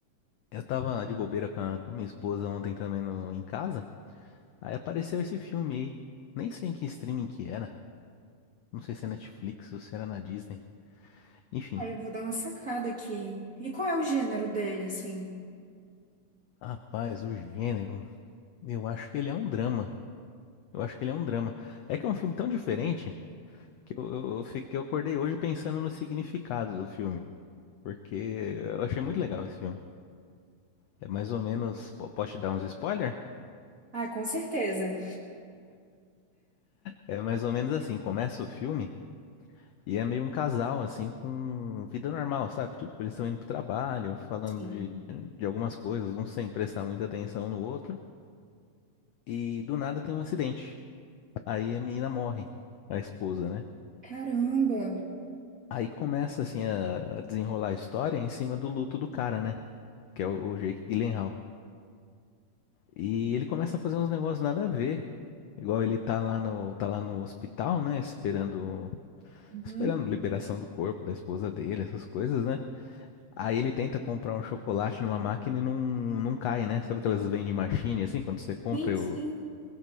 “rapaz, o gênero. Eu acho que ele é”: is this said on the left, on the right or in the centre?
Left